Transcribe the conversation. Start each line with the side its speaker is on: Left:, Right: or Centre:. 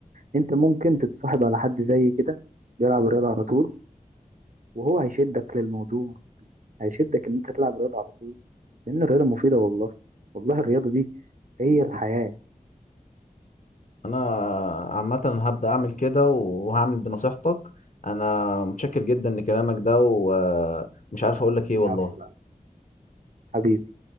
Right: انت ممكن تتصاحب على حد زي كده بيلعب رياضه على طول وهو هيشدك للموضوع هيشدك ان انت تلعب رياضه على طول لان الرياضه مفيده والله والله الرياضه دي هي الحياه
Left: انا عامه هبدا اعمل كده وهعمل بنصيحتك انا متشكر جدا لكلامك ده ومش عارف اقول لك ايه
Right: يا
Left: والله
Right: عفو لا. حبيبي